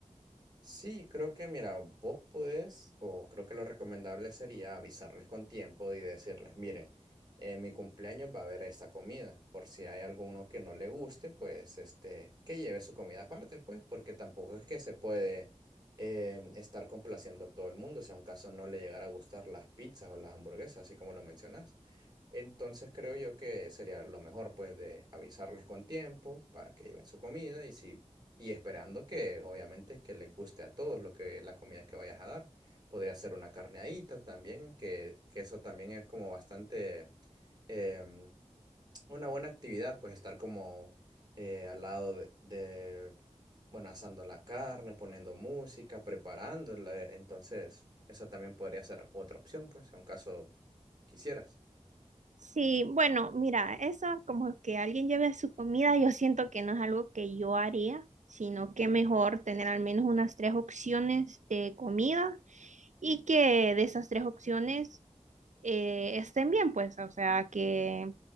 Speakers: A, on the right; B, on the right.
A: Sí, creo que, mira, vos podés, o creo que lo recomendable sería avisarles con tiempo y decirles, miren, en mi cumpleaños va a haber esta comida, por si hay alguno que no le guste, pues, este, que lleve su comida aparte, pues, porque tampoco es que se puede em, estar complaciendo a todo el mundo, si a un caso no le llegara a gustar las pizzas o las hamburguesas, así como lo mencionás. Entonces creo yo que sería lo mejor, pues, de avisarles con tiempo para que lleven su comida y si y esperando que obviamente que les guste a todos lo que la comida que vayas a dar. Podría ser una carneadita también, que, que eso también es como bastante em, una buena actividad, pues estar como eh, al lado de, de, bueno, asando la carne, poniendo música, preparándola. eh, Entonces, esa también podría ser otra opción, pues, en caso quisieras.
B: Sí, bueno, mira, eso como que alguien lleve su comida, yo siento que no es algo que yo haría, sino que mejor tener al menos unas tres opciones de comida y que de esas tres opciones eh, estén bien, pues, o sea, que,